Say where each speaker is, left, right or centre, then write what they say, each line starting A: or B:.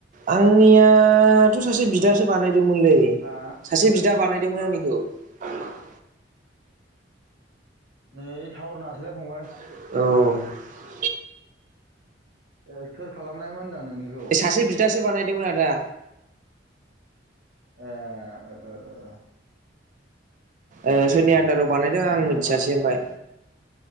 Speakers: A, on the right; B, on the right.
A: आंनियाथ' सासे बिदासो बानाय दोंमोनलै
B: हा
A: सासे बिदा बानायदों <unintelligible>
B: नै टावारनाङासैलाय फंबाय।
A: औ।
B: ए सोर खालामनायमोन होनदां? नोंनिखौ
A: सासे बिदासो बानायदोंमोन आदा।
B: ओ आ ओ ओ
A: ओ सोरनि
B: दे
A: आन्दाराव बानायदों
B: जेबो
A: आं मिथियासै
B: नङा
A: ओमफाय